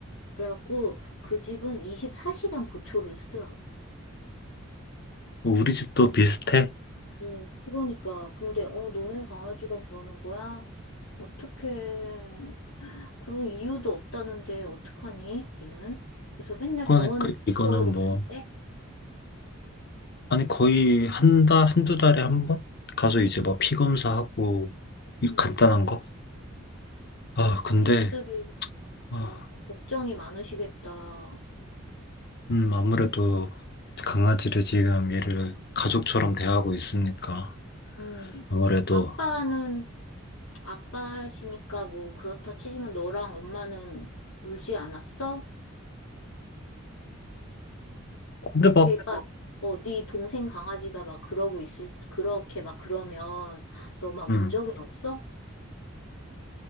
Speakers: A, on the left; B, on the left.
A: 래갖고 그 집은 24시간 보초를 쓰더라고.
B: 우리 집도 비슷해.
A: 응, 그러니까. 근데, 어, 너네 강아지가 그러는 거야? 어떡해. 그런 이유도 없다는데, 어떡하니, 얘는? 그래서 맨날
B: 그러니까
A: 병원을 직접으로
B: 이거는 뭐,
A: 가야 돼?
B: 아니, 거의 한 달, 한 두 달에 한 번? 가서 이제 막 피 검사하고, 이
A: 음,
B: 간단한 거? 아,
A: 그 가족들이
B: 근데, 아,
A: 다 걱정이 많으시겠다.
B: 음, 아무래도 강아지를 지금 얘를 가족처럼 대하고 있으니까,
A: 음,
B: 아무래도,
A: 아빠는, 아빠시니까 뭐 그렇다 치지만 너랑 엄마는 울지 않았어?
B: 근데 막,
A: 걔가, 어, 네 동생 강아지가 막 그러고 있을, 그렇게 막 그러면 너 막
B: 음,
A: 운 적은 없어?